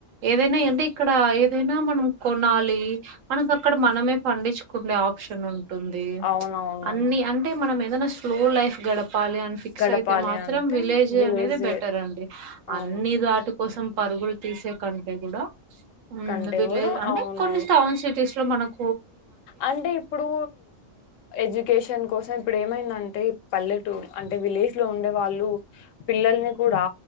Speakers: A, on the right (about 85°); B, on the left (about 80°).
A: ఏదైన అంటే ఇక్కడ ఏదైనా మనం కొనాలి మనక్ అక్కడ మనమే పండించ్కుండే ఆప్షన్ ఉంటుంది
B: అవునవును
A: అన్ని అంటే మనం ఎక్ ఏదన్న స్లో లైఫ్ గడప్ పాలి అన్ ఫిక్స్
B: గడపాలి
A: అయితే మాత్రం
B: అంటే
A: విలేజే
B: విలేజ్
A: అనెదే బెటర్ అండి
B: అవును
A: అన్ని దాటుక్ కోసం పరుగులు తీసే కంటే గుడా ఉమ్
B: కంటే
A: విలేజ్
B: కూడా
A: అంటే
B: అవునవును
A: కొన్ని స్టావ్న్ సిట్ టీస్లో మనక్
B: అంటే ఇప్పుడూ ఎడ్యుకేషన్ కోసం ఇప్పుడు ఏమైంది అంటే పల్లెటూర్ అంటే విలేజ్ ట్లో ఉండె వాళ్ళు పిల్లల్ని కూడా